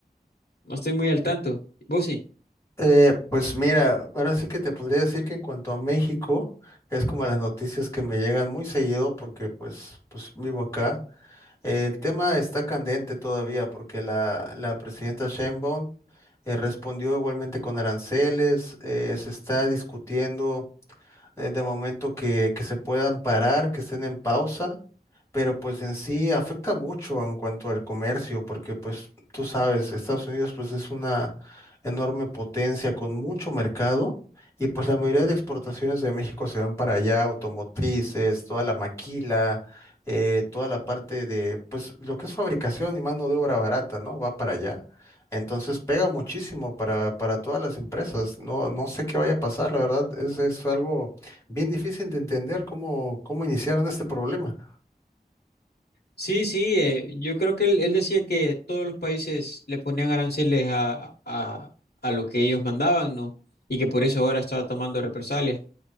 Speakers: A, on the left (about 80°); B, on the left (about 15°).
A: No estoy muy al tanto. ¿Vos sí?
B: Eh, pues mira, ahora sí que te podría decir que en cuanto a México, es como las noticias que me llegan muy seguido porque pues, pues vivo acá. El tema está candente todavía porque la, la presidenta Sheinbaum eh, respondió igualmente con aranceles, eh, se está discutiendo eh, de momento que, que se puedan parar, que estén en pausa pero pues en sí afecta mucho en cuanto al comercio, porque pues tú sabes, Estados Unidos pues es una enorme potencia con mucho mercado y pues la mayoría
A: Ujú,
B: de exportaciones de México se van para allá, automotrices, toda la maquila, eh, toda la parte de pues lo que es fabricación y mano de obra barata, ¿no? Va para allá. Entonces pega muchísimo para, para todas las empresas. No, no sé qué vaya a pasar, la verdad, es, es algo bien difícil de entender cómo, cómo iniciaron este problema.
A: Sí, sí, eh, yo creo que él, él decía que todos los países le ponían aranceles a, a, a lo que ellos mandaban, ¿no? Y que por eso ahora estaba tomando represalias.